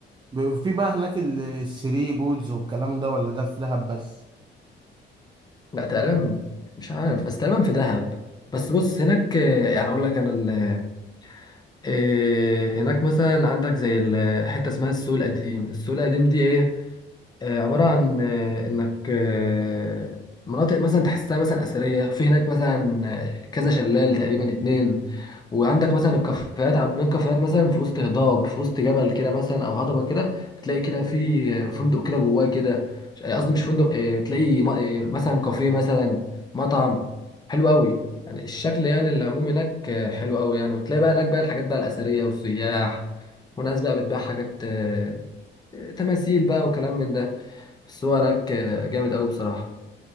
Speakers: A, on the right; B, on the left.
A: ب- في بقى هناك ال- الثري بولز والكلام ده ولا ده في دهب بس
B: لا تقريبا مش عارف بس تقريبا في دهب بس بص هناك آه، يعني اقول لك انا إيه هناك مثلا عندك زي ال- حته اسمها السوق القديم السوق القديم دي ايه آه، عبارة عن آه، إنك آه، مناطق مثلا تحسها مثلا أثرية في هناك مثلا آه، كذا شلال تقريبا اتنين وعندك مثلا الكافيهات عاملين كافيهات مثلا في وسط هضاب في وسط جبل كده مثلا أو هضبة كده تلاقي كده في آه، فندق كده جواه كده مش- آه، قصدي مش فندق آه، تلاقي م- آه، مثلا كافيه مثلا مطعم حلو قوي يعني الشكل يعني العموم هناك آه، حلو قوي يعني وتلاقي بقى هناك بقى الحاجات بقى الأثرية والسياح وناس بقى بتبيع حاجات آه، آه، تماثيل بقى وكلام من ده بس هو هناك آه، جامد قوي بصراحه